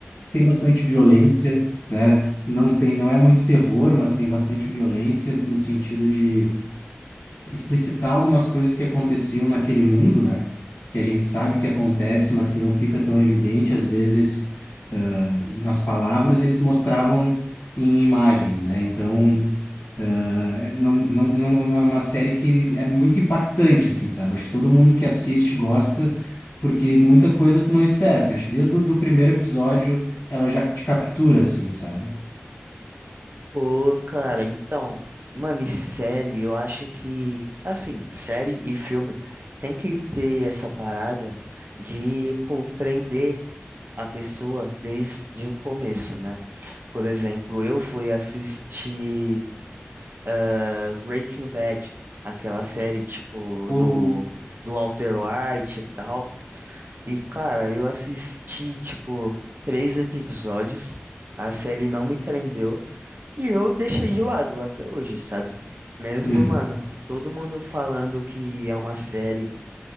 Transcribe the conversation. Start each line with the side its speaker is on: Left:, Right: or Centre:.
Left: tem bastante violência, né? Não tem, não é muito terror, mas tem bastante violência no sentido de explicitar algumas coisas que aconteciam naquele mundo, né? Que a gente sabe que acontece, mas que não fica tão evidente, às vezes, ah, nas palavras, eles mostravam em imagens, né? Então, ah, não, não, não não é uma série que é muito impactante, assim, sabe? Acho que todo mundo que assiste gosta, porque muita coisa tu não espera, assim. Acho que desde o do primeiro episódio ela já te captura, assim, sabe?
Right: Pô, cara, então, mano, e série, eu acho que, assim, série e filme tem que ter essa parada de, pô, prender a pessoa desde o começo, né? Por exemplo, eu fui assistir. ah, Breaking Bad, aquela série tipo
Left: Ou
Right: do, do Walter White e tal. E cara, eu assisti tipo três episódios, a série não me prendeu e eu deixei de lado até hoje, sabe? Mesmo,
Left: Uhum.
Right: mano, todo mundo falando que é uma série